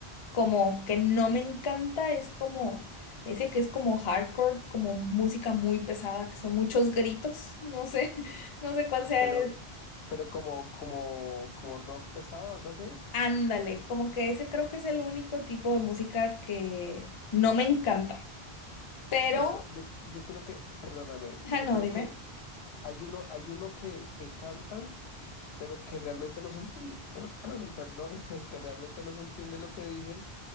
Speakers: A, on the left; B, on the left.
A: como que no me encanta es como ese que es como hardcore, como música muy pesada, que son muchos gritos. No sé, <laughs> no sé cuál sea
B: Pero,
A: el,
B: pero como, como, como rock pesado, algo así.
A: Ándale, como que ese creo que es el único tipo de música que no me encanta. Pero,
B: Bueno, yo, yo creo que, perdóname,
A: ajá,
B: yo
A: no,
B: creo
A: dime.
B: que hay uno, hay uno que, que cantan, pero que realmente no se entiende, <clears throat> perdón, <laughs> que realmente no se entiende lo que dicen,